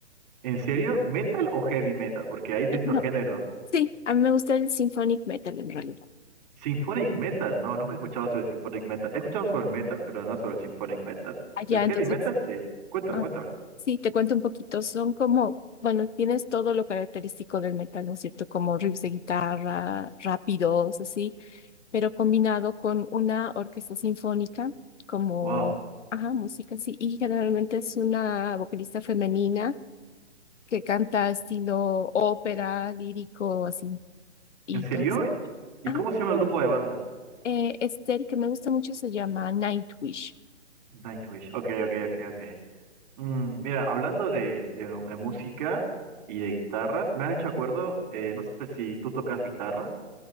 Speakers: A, on the right; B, on the left.
A: ¿En serio? ¿Metal o heavy metal? Porque hay distintos
B: Eh, no.
A: géneros.
B: Sí, a mí me gusta el symphonic metal en realidad.
A: Symphonic Metal, no, nunca he escuchado sobre Symphonic Metal. He escuchado sobre el metal, pero no sobre el Symphonic Metal.
B: Allá,
A: Del heavy
B: entonces,
A: metal, sí. Cuéntame,
B: ah,
A: cuéntame.
B: sí, te cuento un poquito. Son como, bueno, tienes todo lo característico del metal, ¿no es cierto? Como riffs de guitarra, rápidos, así. pero combinado con una orquesta sinfónica como,
A: Wow.
B: ajá, música, sí, y generalmente es una vocalista femenina que canta estilo ópera, lírico, así, y
A: ¿En serio?
B: todo. eso.
A: ¿Y
B: Ajá,
A: cómo se llama el grupo de banda?
B: eh, este, el que me gusta mucho se llama Nightwish.
A: Nightwish. Ok, ok, ok, ok. Mm, mira, hablando de, de- de música y de guitarras, me has hecho acuerdo, eh, no sé si tú tocas guitarra